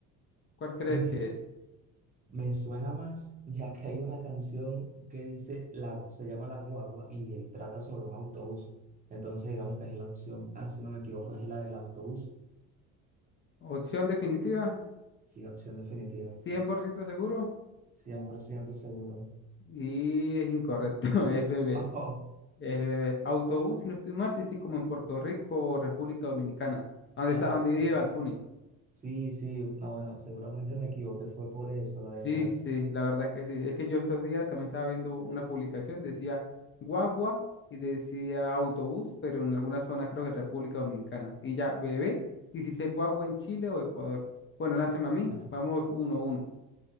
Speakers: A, on the left; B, on the right.
A: ¿Cuál crees
B: Uy.
A: que es?
B: Me suena más, ya que hay una canción que dice, la, se llama La Guagua y él trata sobre un autobús. Entonces, digamos que es la opción, ah, si no me equivoco, es la del autobús.
A: Opción definitiva,
B: Sí, opción definitiva.
A: 100% seguro
B: cien por ciento seguro.
A: y es incorrecto, <laughs> es bebé,
B: <laughs> Oh,
A: es bebé. Autobús, si no estoy mal, se dice como en Puerto Rico o República Dominicana, donde
B: oh,
A: está, donde
B: sí.
A: vive Bad Bunny.
B: Sí, sí, no, bueno, seguramente me equivoqué, fue por eso, la verdad.
A: Sí, sí, la verdad es que sí. Es que yo estos días también estaba viendo una publicación, decía guagua y decía autobús, pero en algunas zonas creo que República Dominicana. Y ya, bebé, si se dice guagua en Chile o Ecuador. Bueno, lánceme a mí.
B: No,
A: Vamos uno a uno.